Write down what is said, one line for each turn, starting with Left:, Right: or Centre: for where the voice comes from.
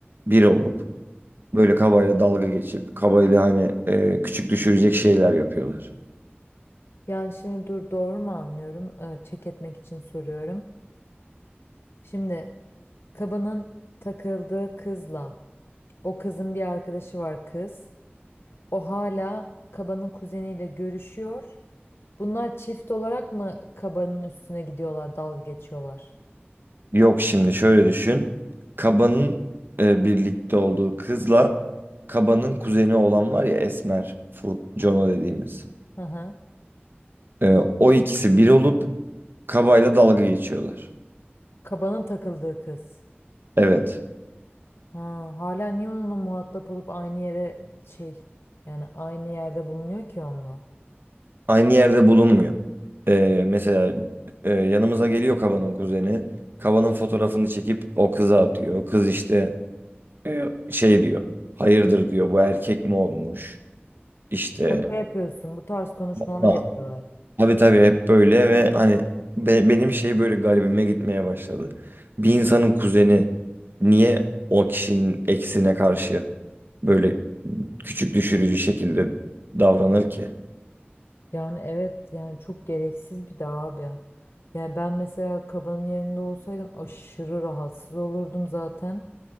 Right: bir olup böyle kabayla dalga geçip kabayla hani e, küçük düşürecek şeyler yapıyorlar.
Left: Yani şimdi dur doğru mu anlıyorum? Ee, çek etmek için soruyorum. Şimdi kabanın takıldığı kızla o kızın bir arkadaşı var kız. O hala kabanın kuzeniyle görüşüyor. Bunlar çift olarak mı kabanın üstüne gidiyorlar, dalga geçiyorlar?
Right: Yok şimdi şöyle düşün. Kabanın e, birlikte olduğu kızla kabanın kuzeni olan var ya Esmer, Furk, Jono dediğimiz.
Left: Hı hı.
Right: E, o ikisi bir olup kabayla dalga geçiyorlar.
Left: Kabanın takıldığı kız.
Right: Evet.
Left: Ha, hala niye onunla muhatap olup aynı yere şey yani aynı yerde bulunuyor ki onunla?
Right: aynı yerde bulunmuyor. Ee, mesela e, yanımıza geliyor Kaba'nın kuzeni. Kaba'nın fotoğrafını çekip o kıza atıyor. Kız işte e, şey diyor. Hayırdır diyor bu erkek mi olmuş? İşte
Left: Şaka yapıyorsun. Bu tarz konuşmalar
Right: Valla.
Left: yapıyorlar.
Right: tabii tabii hep böyle ve hani be- benim şey böyle garibime gitmeye başladı. Bir insanın kuzeni niye o kişinin eksine karşı böyle küçük düşürücü şekilde davranır ki?
Left: Yani evet yani çok gereksiz bir de abi. Yani ben mesela kabanın yerinde olsaydım aşırı rahatsız olurdum zaten.